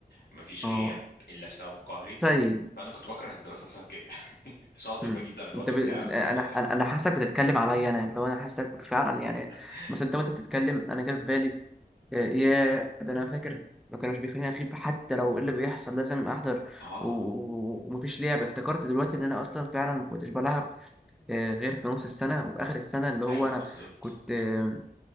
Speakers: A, in the centre; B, on the left (about 80°).
A: <laughs>
B: مفيش غياب
A: اه
B: الا بسبب قهري
A: زي
B: فانا كنت بكره الدراسة بسبب كده <laughs> شاطر
A: امم
B: وبجيب درجات
A: انت
B: وبتاع
A: ب... انا
B: بس مش
A: انا
B: عارف
A: أنا حاسسك بتتكلم عليا انا يعني لو انا حاسسك فعلا
B: <laughs>
A: يعني مثلا انت وانت بتتكلم انا جه في بالي آه، يا ده انا فاكر ما كانوش بيخليني اغيب حتى لو ايه اللي بيحصل لازم احضر
B: اه
A: و... و- ومفيش لعب افتكرت دلوقتي ان انا اصلا فعلا ما كنتش بلعب آه، غير في نص السنه وفي اخر السنه اللي هو
B: ايوه
A: انا
B: بالظبط
A: كنت آه،